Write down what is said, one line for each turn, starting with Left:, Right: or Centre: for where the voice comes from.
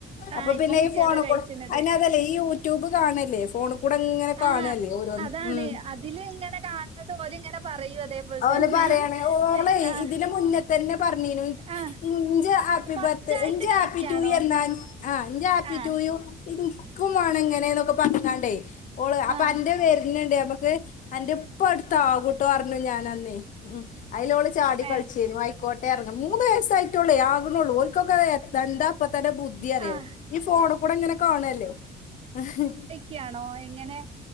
Right: ആഹ്
Left: അപ്പൊ
Right: ഇപ്പം
Left: പിന്നെ
Right: കുട്ടികളത്
Left: ഈ ഫോണ്ക്കൂടെ
Right: കഴിച്ചണത്
Left: അയ്ന അതല്ലേ ഈ ട്യുബ് കാണല്ലേ ഫോൺ കൂടങ്ങനെ കാണല്ലേ
Right: ആഹ്
Left: ഓരോന്ന്
Right: അതാണ്
Left: മ്
Right: അതില് ഇങ്ങനെ കാണുന്നത് ഓല് ഇങ്ങനെ പറയും അതേപോലെ
Left: ഓൽപ്പാ
Right: തന്നെ
Left: <unintelligible> യിണ് ഓളെ
Right: ആഹ്
Left: ഇതിന് മുന്നേത്തന്നെ പറഞ്ഞിനു
Right: ആഹ്
Left: ഇൻജെ ആപ്പി
Right: ഫസ്റ്റ്
Left: ബർ
Right: ആയിട്ട്
Left: ഞ്ചേ
Right: കഴിക്കാണോ
Left: ഹാപ്പി ടു യെന്ന ആ ഇന്റെ ഹാപ്പി
Right: ആഹ്
Left: ടു യു. ഇന്ക്കും വാണങ്ങനോക്കെ പറഞ്ഞക്കാണ്ട് ഓള് അപ്പൊ
Right: ആഹ്
Left: അന്റെ വേര്ണ് ണ്ട് നമക്ക് ആന്റെ ഇപ്പടുത്താവുട്ടോറഞ്ഞു ഞാന്നന്ന്. അയ്ലോള് ചാടി കള്ചേനു
Right: ഏഹ്
Left: അയിക്കോട്ടെറ മൂന്ന് വയസ്സായിട്ടൊള്ളേ ആക്ണള്ളൂ ഒ <unintelligible> ക്കെ എന്താപ്പോ തന്നെ ബുദ്ധി അറിയോ
Right: ആഹ്
Left: ഈ ഫോണ്കൂടെങ്ങനെ കാണല്ലോ ആഹ്
Right: ക്യാണോ എങ്ങനെ?